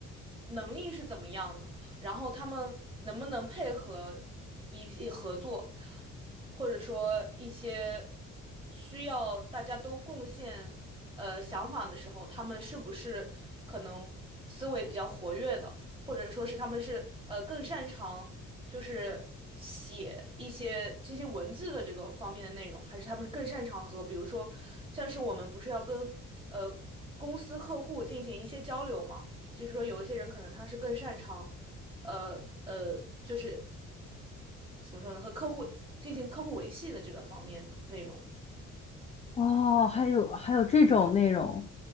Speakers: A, on the right (about 15°); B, on the left (about 20°).
A: 能力是怎么样的，然后他们能不能配合一一合作，或者说一些需要大家都贡献呃想法的时候，他们是不是可能思维比较活跃的，或者说是他们是呃更擅长。就是写一些这些文字的这个方面的内容，还是他们更擅长和，比如说，像是我们不是要跟呃公司客户进行一些交流嘛？就是说有一些人可能他是更擅长，呃呃，就是怎么说呢，和客户进行客户维系的这个方面的内容。
B: 哦，还有还有这种内容，